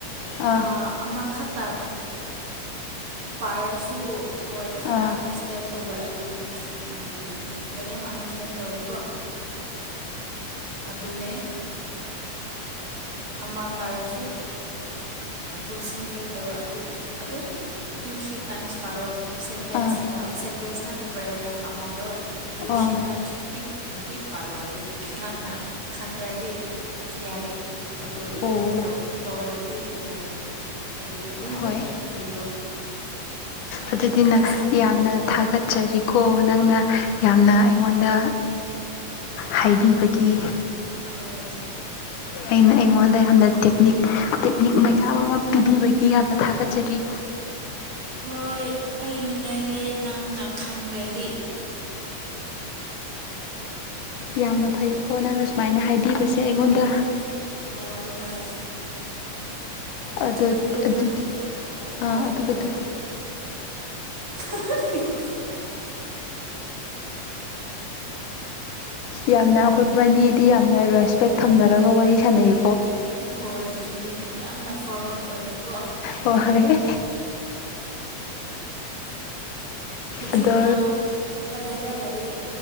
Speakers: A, on the left (about 80°); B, on the right (about 40°).
A: ꯑꯥ
B: ꯑ ꯑꯃꯈꯛꯇ ꯄꯥꯔꯁꯨ ꯍꯣꯏ ꯈꯔ
A: ꯑꯥ
B: ꯑꯟꯗꯔꯁꯇꯦꯟ ꯇꯧꯋꯦ ꯑꯗꯨ ꯎꯝ ꯃ ꯌꯥꯝ ꯑꯟꯗꯔꯁꯇꯦꯟ ꯇꯧꯗꯦꯀꯣ ꯑꯗꯨꯅꯦ ꯑꯃ ꯄꯥꯥꯏꯔꯁꯨ ꯀꯣꯟꯁꯦꯟꯇ꯭ꯔꯦꯠ ꯇꯧꯔꯒ ꯑꯗꯨ ꯑꯗꯨꯝ ꯇꯨ ꯊ꯭ꯔꯤ ꯇꯥꯏꯝꯁ ꯄꯥꯔꯣ ꯁꯦꯟꯇꯦꯟꯁ
A: ꯑꯥ ꯑꯥ ꯑꯣ
B: ꯁꯦꯟꯇꯦꯟꯁ ꯅꯠꯇꯦ ꯄꯦꯔꯥꯒ꯭ꯔꯥꯐ ꯑꯃꯗꯣ ꯇꯨ ꯊ꯭ꯔꯤ
A: ꯑꯥ
B: ꯇꯥꯏꯝꯁ ꯔꯤꯄꯤꯠ ꯔꯤꯄꯤꯠ ꯄꯥꯔꯣ ꯑꯗꯨ ꯅꯪꯅ ꯈꯟꯗ꯭ꯔꯗꯤ ꯌꯥꯔꯦ ꯑꯗꯨ
A: ꯑꯣ
B: ꯚꯔ ꯇꯧꯔꯗꯤ ꯌꯥꯔꯦ ꯑꯗꯨ ꯑꯗꯨꯝ
A: ꯍꯣꯏ
B: ꯏꯔꯣ
A: ꯑꯗꯨꯗꯨꯅ
B: ꯅꯁꯥꯒꯤ
A: ꯌꯥꯝꯅ
B: ꯑꯣꯟꯀꯣ
A: ꯊꯥꯒꯠꯆꯔꯤꯀꯣ ꯅꯪꯅ
B: ꯍꯣꯏ
A: ꯌꯥꯝꯅ ꯑꯩꯉꯣꯟꯗ ꯍꯥꯏꯕꯤꯕꯒꯤ
B: ꯍꯣꯏ
A: ꯑꯩꯅ
B: ꯍꯣꯏ
A: ꯑꯩꯉꯣꯟꯗ
B: ꯍꯣꯏ
A: ꯌꯥꯝꯅ ꯇꯦꯛꯅꯤꯛ ꯇꯦꯛꯅꯤꯛ ꯃꯌꯥꯝ ꯑꯃ ꯄꯤꯕꯤꯕꯒꯤ ꯌꯥꯝꯅ ꯊꯥꯒꯠꯆꯔꯤ
B: ꯍꯣꯏ ꯑꯩ ꯅꯨꯡꯉꯥꯏꯔꯦ ꯅꯪꯅ ꯈꯪꯈ꯭ꯔꯗꯤ
A: ꯌꯥꯝꯅ ꯐꯩꯀꯣ ꯅꯪꯅ ꯁꯨꯃꯥꯏꯅ ꯍꯥꯏꯕꯤꯕꯁꯦ ꯑꯩꯉꯣꯟꯗ
B: ꯍꯣꯏ ꯍꯣꯏ
A: ꯑꯗꯨꯗꯤ
B: ꯑꯗꯨ ꯅꯪ
A: ꯑꯗꯨꯒꯗꯣ
B: ꯍꯣꯏ ꯍꯥꯏꯔꯛꯑꯣ <unintelligible>
A: ꯌꯥꯝꯅ ꯑꯩꯈꯣꯏ ꯑꯅꯤꯗꯤ ꯌꯥꯝꯅ ꯔꯦꯁꯄꯦꯛ ꯊꯝꯅꯔꯒ ꯋꯥꯔꯤ ꯁꯥꯟꯅꯩ
B: ꯍꯣꯏ ꯆꯨꯝꯃꯦ ꯌꯥꯝꯅ ꯐꯣꯔꯃꯦꯜ ꯑꯣꯏꯔꯦ
A: ꯍ ꯍꯣꯏ
B: ꯍꯧꯖꯤꯛꯅꯅꯥꯎ
A: ꯑꯗꯣ
B: ꯀꯗꯥꯏꯗ ꯂꯩ